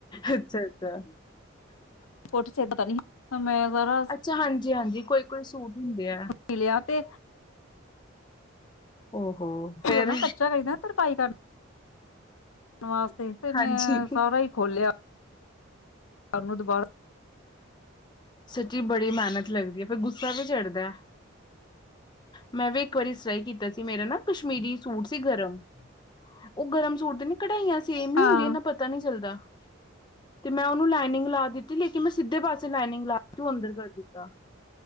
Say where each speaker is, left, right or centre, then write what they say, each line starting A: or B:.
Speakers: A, on the left (about 20°); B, on the left (about 80°).
A: ਅੱਛਾ ਅੱਛਾ,,
B: ਫੋਟੋ ਸੇ ਪਤਾ ਨੀ ਮੈਂ ਸਾਰ,
A: ਅੱਛਾ ਹਾਂਜੀ ਹਾਂਜੀ ਕੋਈ ਕੋਈ ਸੂਟ ਹੁੰਦੇ ਆ।
B: ਮਿਲਿਆ ਤੇ,
A: ਓਹੋ ਫੇਰ
B: ਤੇ ਉਹ ਨਾ ਕੱਚਾ ਰਹਿੰਦਾ ਨਾ ਤਰਪਾਈ ਕਰ, ਵਾਸਤੇ ਤੇ
A: ਹਾਂਜੀ।
B: ਮੈਂ ਸਾਰਾ ਹੀ ਖੋਲਿਆ ਸਾਨੂੰ ਦੁਬਾਰਾ,
A: ਸੱਚੀ ਬੜੀ ਮਿਹਨਤ ਲੱਗਦੀ ਹੈ ਫਿਰ ਗੁੱਸਾ ਵੀ ਚੜਦਾ। ਮੈਂ ਵੀ ਇੱਕ ਵਾਰੀ ਸਲਾਈ ਕੀਤਾ ਸੀ, ਮੇਰਾ ਨਾ ਕਸ਼ਮੀਰੀ ਸੂਟ ਸੀ ਗਰਮ, ਉਹ ਗਰਮ ਸੂਟ ਤੇ ਨ ਕਢਾਈਆਂ ਸੇਮ ਹੀ
B: ਹਾਂ
A: ਹੁੰਦੀਆਂ ਨਾ ਪ ਪਤਾ ਨਹੀਂ ਚੱਲਦਾ ਤੇ ਮੈਂ ਉਹਨੂੰ ਲਾਈਨਿੰਗ ਲਾ ਦਿੱਤੀ। ਕਿ ਮੈਂ ਸਿੱਧੇ ਪਾਸੇ ਲਾਈਨਿੰਗ ਲਾ ਤੂੰ ਅੰਦਰ ਕਰ ਦਿੱਤਾ